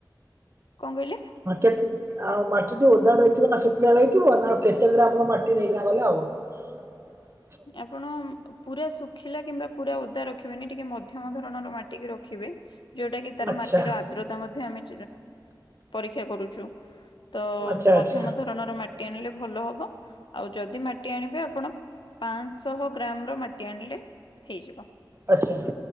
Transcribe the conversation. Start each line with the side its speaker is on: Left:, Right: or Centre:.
Left: କଣ କହିଲେ?
Right: <inaudible> ଆଉ ମାଟି ଟି ଓଦା ରହିିଥିବ ନା ଶୁଖିଲା ରହିଥିବ ନା ଆଉ କେତେ ଗ୍ରାମର ମାଟି ନେଇକିନା ଗଲେ ହବ? <inaudible>
Left: ଆପଣ ପୁରା ଶୁଖିଲା କିମ୍ବା ପୁରା ଓଦା ରଖିବେନି ଟିକେ ମଧ୍ୟମ ଧରଣର ମାଟିିକି ରଖିବେ। ଯୋଉଟା କିି ତାର
Right: ଆଚ୍ଛା
Left: ମାଟିର ଆର୍ଦ୍ରତା ମଧ୍ୟ ଆମେ ପରୀକ୍ଷା କରୁଛୁ। ତ
Right: ଆଚ୍ଛା
Left: ମଧ୍ୟମ
Right: ଆଚ୍ଛା
Left: ଧରଣର ମାଟି ମାଟି ଆଣିଲେ ଭଲ ହବ। ଆଉ ଯଦି ମାଟି ଆଣିବେ ଆପଣ ପାଞ୍ଚଶହ ଗ୍ରାମ ର ମାଟି ଆଣିଲେ ହେଇଯିବ।
Right: ଆଚ୍ଛା